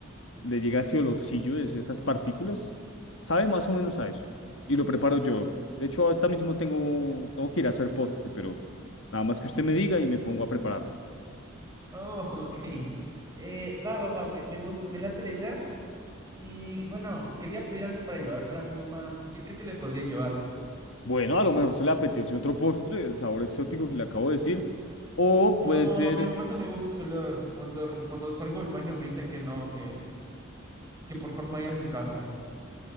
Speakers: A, on the left; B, on the right.
A: le llega ese olorcillo, es- esas partículas. Sabe más o menos a eso. Y lo preparo yo. De hecho, ahorita mismo tengo, tengo que ir a hacer postre, pero nada más que usted me diga y me pongo a prepararlo.
B: Oh, <laughs> ok. Eh, va, va, va, me, me gusta, me late la idea. Y bueno, quería pedir algo para llevar para mi mamá. ¿Qué cree que le podría llevar?
A: Bueno, a lo mejor se le apetece otro postre, el sabor exótico que le acabo de decir, o
B: No,
A: puede ser,
B: a mi mamá no le gusta ese olor. Cuando, re- cuando salgo del baño me dice que no, que, que por favor me vaya a su casa.